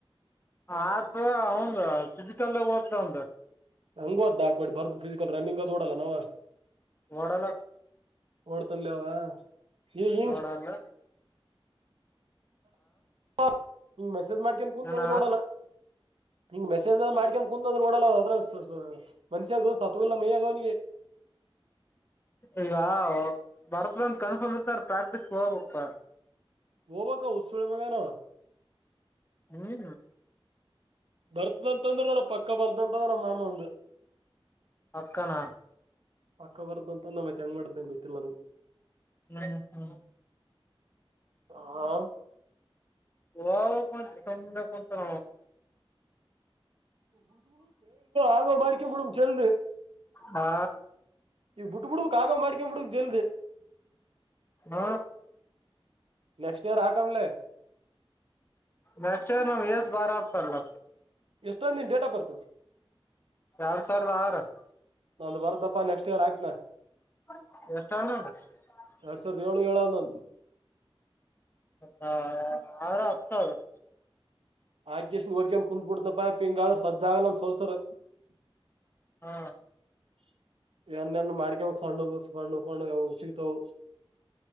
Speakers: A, on the left; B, on the right.
A: ಆದ ಹಂದ ಫಜಿಕಲ್ಗ ಹಓದ್ತ ಒಂದ
B: ಹಂಗವದ್ದ ಹಾಕೋಡಿ ಬರ್ದು ಫಿಸಿಕಲ್ ರನ್ನಿಂಗ್ ಅದು ಓಡಲ್ಲ ನಾವ್
A: ಒಡಲ
B: ಓಡ್ತನ್ಲ ಅವ ಹಿಂಗ್ ಹಿಂಗ್
A: ನೋಡಲ್ಲ
B: ಹಂಗ ಮೆಸೇಜ್ ಮಾಡ್ಕ ಕುಂದ
A: ಏನ
B: ನಂದ್ರ ಓಡಲ್ಲ ಹಿಂಗ ಮೆಸ ಮಾಡ್ಕೊಂಡ ಕುದ್ರ ನಓಡಲ್ಲ ಅದ ಸ ಮನ್ಷ್ಯ ಆಗ ಸಾತಲ್ಲ ಮೈಯ ಆಗುವನಿಗೆ
A: ಈಗ ಬರ್ತ್ಂದ ಕನ್ಫರ್ಮ್ ಇತ್ ನ ಪ್ರಾಕ್ಟೀಸ್ಗೆ ಹೋಗ್ಬೇಕಪ್ಪ
B: ವಓ ಬಕ ಸೂಳ ಮಗಾನ
A: ಹ್ಮ್
B: ಬರ್ತಂತಂದ್ರ ನೋಡ ಪಕ್ಕ ಬರ್ದಂತಂದ್ರ ನಮ್ಮ ಮಾಮ ಒಂದು
A: ಪಕ್ಕನಾ
B: ಅಕ್ಕ ಬರ್ ಅಂತ ನ್ತ್ ಹೆಂಗ್ ಮಾಡಿದ್ದೇನ್ ಬಯತಿಲ್ಲ ನಾನ
A: ಹ ಹ್ಮ
B: ಹಾ
A: ವ ಸಂಧೆ ಕೊತ ನ
B: ಆಗ ಬಡಕ ಮುಡ ಚೆಲ್
A: ಹಾ
B: ಈ ಬಿಟ್ ಬಿಡ್ಕ್ ಆಗೋ ಮಾಡ್ಕೊ ಬಿಡ್ಕ್ ಜಲ್ದ
A: ಹ್ಮ
B: ನೆಕ್ಸ್ಟ್ ಇಯರ್ ಆ ಕಮಲೆ
A: ನೆಕ್ಸ್ಟ್ ಟೈಮ್ ನಮ್ಮ ಏಜ್ ಬಾರತಲ್ಲ
B: ಎಷ್ಟೊಂದ ನಿನ್ ಡೇಟಾ ಆಫ್ ಬರ್ತ್
A: ಎರಡು ಸಾವಿರದ ಆರು
B: ಒಂದು ಬರುತಪ್ಪ ನೆಸ್ಟ್ ಇಯರ್ ಹಾಕು
A: <unintelligible>
B: ಎರಡ್ ಸಾವಿರದ ಏಳು ಏಳು ಹನ್ನೊಂದು
A: ಹ ಹತ್ತು ಸಾವಿರ
B: ಆರ್ಕೆಸ್ಟ್ರಾ ನೋಡಿಕೊಂಡು ಕುತ್ಬಿಡ್ತನಪ್ಪ ಹಿಂಗಾದ್ರರು ಸಜ್ಜಾಗಲ್ಲ <unintelligible>
A: ಹಾ
B: ಏನಾ ಮಾಡ್ಕಬೇಕು ಸಣ್ಣ ಸಣ್ಣ ಪಣ್ಣಯವು ಸಿಗ್ತವು